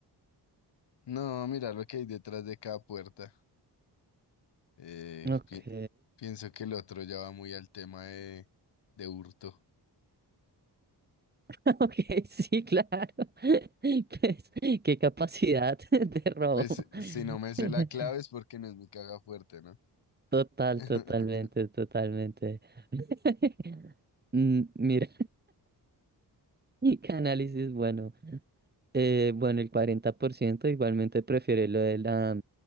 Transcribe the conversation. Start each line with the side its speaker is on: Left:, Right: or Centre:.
Left: No, mira lo que hay detrás de cada puerta. Eh,
Right: Ok,
Left: pi- pienso que el otro ya va muy al tema de, de hurto.
Right: <laughs> ok, sí, claro. <laughs> Pues, qué capacidad <laughs> de robo.
Left: Pues si no me sé
Right: <laughs>
Left: la clave es porque no es mi caja fuerte, ¿no?
Right: Total,
Left: <laughs>
Right: totalmente, totalmente. <laughs> Mm, Mira, <laughs> y qué análisis, bueno, eh, bueno, el 40% igualmente prefiere lo de la,